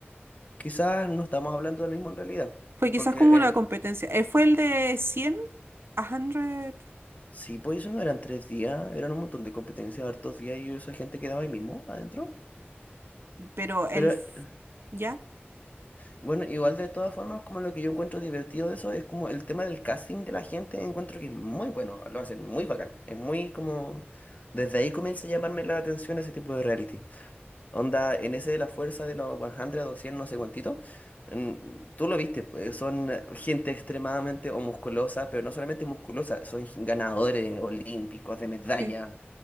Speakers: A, on the left; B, on the right.
A: Quizás no estamos hablando del mismo en realidad.
B: Fue quizás
A: Porque
B: como una
A: el...
B: competencia. Eh, fue el de 100 a 100,
A: sí, pues eso no eran tres días, eran un montón de competencias, hartos días y esa gente quedaba ahí mismo, adentro.
B: pero el...
A: Pero
B: f-
A: eh,
B: ¿Ya?
A: bueno, igual de todas formas, como lo que yo encuentro divertido de eso es como el tema del casting de la gente, encuentro que es muy bueno, lo hacen muy bacán. Es muy como. Desde ahí comienza a llamarme la atención ese tipo de reality. Onda, en ese de la fuerza de los 100 o 100, no sé cuántito, mm, tú lo viste, pues, son eh, gente extremadamente o musculosa, pero no solamente musculosa, son ganadores olímpicos de medallas
B: sí.